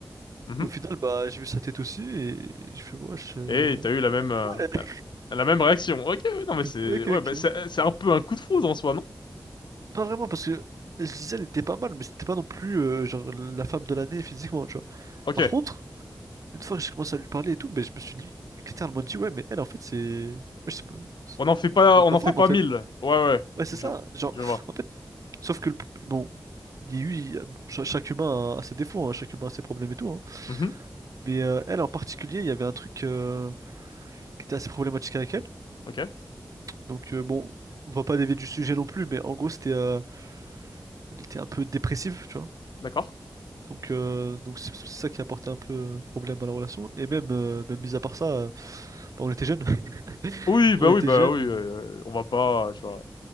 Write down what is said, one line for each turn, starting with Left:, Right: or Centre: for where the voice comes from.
Left: Mhm.
Right: Au final, bah, j'ai vu sa tête aussi. Et je fais, wesh. euh,
Left: Et t'as eu la même
Right: pas
Left: euh,
Right: mal, elle.
Left: la la même réaction. Ok, ouais, non mais
Right: <laughs>
Left: c'est
Right: Ok,
Left: ouais,
Right: ok.
Left: bah, c'est c'est un peu un coup de foudre en soi, non?
Right: Pas vraiment, parce que je disais elle était pas mal, mais c'était pas non plus euh, genre la femme de l'année physiquement, tu vois.
Left: Ok.
Right: Par contre, une fois que j'ai commencé à lui parler et tout, ben, je me suis dit, littéralement dit, ouais, mais elle, en fait, c'est. ouais, je sais pas. Ça
Left: On n'en fait pas,
Right: doit être
Left: on
Right: ma
Left: en
Right: femme,
Left: fait pas
Right: en fait.
Left: mille. Ouais, ouais.
Right: Ouais, c'est
Left: Je
Right: ça. Genre,
Left: je vois.
Right: en fait, sauf que le. Bon, il y a eu. il y a- bon, cha- chaque humain a ses défauts, hein, chaque humain a ses problèmes et tout. hein.
Left: Mhm.
Right: Mais euh, elle, en particulier, il y avait un truc euh, qui était assez problématique avec elle.
Left: Ok,
Right: Donc, euh, bon, on va pas dévier du sujet non plus, mais en gros, c'était. euh, Elle était un peu dépressive, tu vois.
Left: d'accord.
Right: Donc, euh, donc c'est c'est ça qui a porté un peu euh, problème à la relation. Et même, euh, même mis à part ça, euh, bah, on était jeunes. <laughs>
Left: Oui, bah
Right: On était
Left: oui, bah
Right: jeunes
Left: oui. euh, on va pas, tu vois,